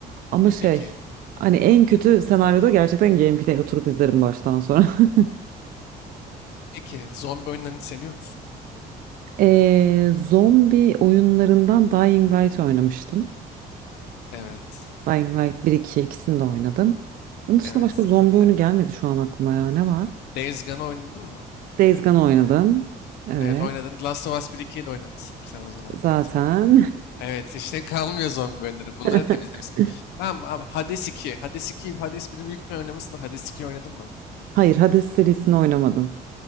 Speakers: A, on the right; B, on the left.
A: Ama şey
B: Peki,
A: hani en kötü senaryoda gerçekten gameplay oturup izlerim baştan sonra. <laughs>
B: peki zombi oyunlarını seviyor musun?
A: Ee, zombi oyunlarından Dying Light oynamıştım.
B: Evet,
A: Dying Light bir 2, ikisini de oynadım. Onun dışında
B: evet.
A: başka zombi oyunu gelmedi şu an aklıma ya. Ne var?
B: Days Gone'ı oynadın mı?
A: Days Gone oynadım. Evet.
B: Evet oynadın. Last of Us bir ikiyi de oynamışsındır sen o zaman
A: Zaten.
B: büyük ihtimal ama ya. Evet işte <laughs> kalmıyor zombi bölümleri. Bunları
A: <laughs>
B: temizlemişsin. Tamam abi Hades iki Hades iki Hades biri büyük ihtimal oynamışsındır. Hades ikiyi oynadın mı?
A: Hayır, Hades serisini oynamadım.